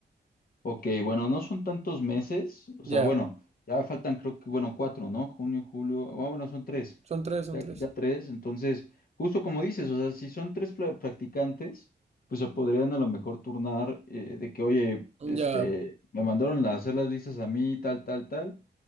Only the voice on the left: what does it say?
Ok, bueno, no son tantos meses, o
sea, bueno, ya faltan creo que, bueno, cuatro, ¿no? Junio, julio, ah, bueno, son tres,
ya,
ya tres, entonces, justo como dices, o sea, si son tres pla- practicantes, pues se podrían a lo mejor turnar eh, de que, oye, este,
me mandaron a hacer las listas a mí, tal, tal, tal,